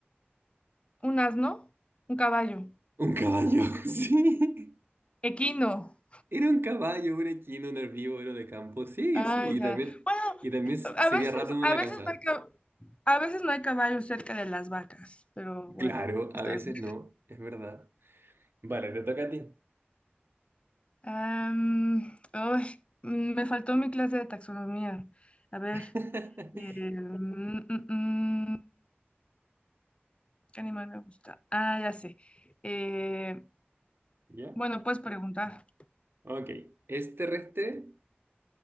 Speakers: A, on the left (about 30°); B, on the right (about 65°).
A: un asno, un caballo,
B: Un caballo, <laughs> sí.
A: equino.
B: Era un caballo, un equino, un herbívoro de campo. Sí,
A: Ah,
B: sí. Y
A: ya.
B: también,
A: Bueno,
B: y también se-
A: a
B: sería
A: veces,
B: raro en una
A: a veces
B: casa.
A: no hay, ca- a veces no hay caballos cerca de las vacas, pero bueno,
B: Claro,
A: está
B: a veces
A: bien.
B: no, es verdad. Vale, te toca a ti.
A: Am, ay, mm, me faltó mi clase de taxonomía. A ver,
B: <laughs>
A: eh, mm, mm, mm, ¿qué animal me gusta? Ah, ya sé. Eh,
B: ¿Ya?
A: bueno, puedes preguntar.
B: Ok. ¿Es terrestre?